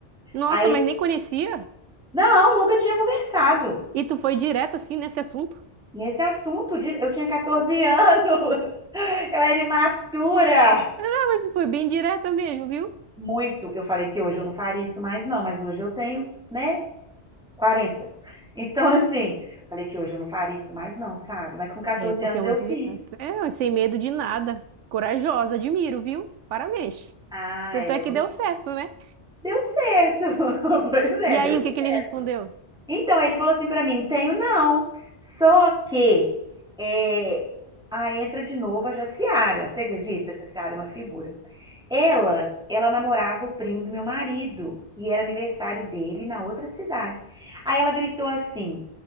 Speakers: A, on the right; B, in the centre.
A: Nossa,
B: Aí
A: mas nem conhecia?
B: não, nunca tinha conversado
A: E tu foi direto assim nesse assunto?
B: nesse assunto. de- Eu tinha 14 anos, <laughs> eu era imatura.
A: Ah, mas foi bem direta mesmo, viu?
B: Muito. Eu falei que hoje eu não faria isso mais, não, mas hoje eu tenho, né, 40. Então, <laughs> assim, falei que hoje eu não faria isso mais, não, sabe? Mas com 14
A: É, porque
B: anos
A: é muito
B: eu fiz.
A: direta. É, mas sem medo de nada. Corajosa, admiro, viu? Parabéns.
B: Ah,
A: Tanto
B: é,
A: é que deu certo, né?
B: deu certo. <laughs> Pois é,
A: E
B: deu
A: aí, o que
B: certo.
A: que ele respondeu?
B: Então, ele falou assim pra mim: não tenho, não. Só que. É... Aí entra de novo a Jaciara. Você acredita? A Jaciara é uma figura. Ela, ela namorava o primo do meu marido e era aniversário dele na outra cidade. Aí ela gritou assim: